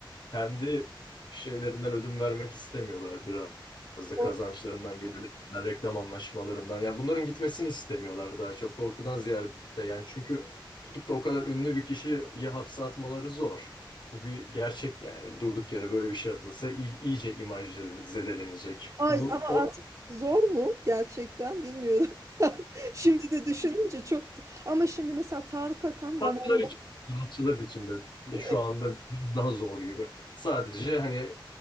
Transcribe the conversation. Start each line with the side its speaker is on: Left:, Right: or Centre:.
Left: kendi şeylerinden ödün vermek istemiyorlar biraz. Biraz da
Right: O,
Left: kazançlarından, gelirlerinden, reklam anlaşmalarından. Yani bunların gitmesini istemiyorlar daha çok korkudan ziyade. Yani çünkü tutup da o kadar ünlü bir kişiyi hapse atmaları zor. Bu bir gerçek yani. Durduk yere böyle bir şey atılsa iy- iyice imaj zedelenecek.
Right: Ay,
Left: Bu
Right: ama
Left: o
Right: artık zor mu gerçekten bilmiyorum. <laughs> Şimdi de düşününce çok. da- Ama şimdi mesela Tarık Akan zamanında
Left: Sanatçılar için, sanatçılar için de ya
Right: E,
Left: şu anda biraz daha zor gibi. Sadece hani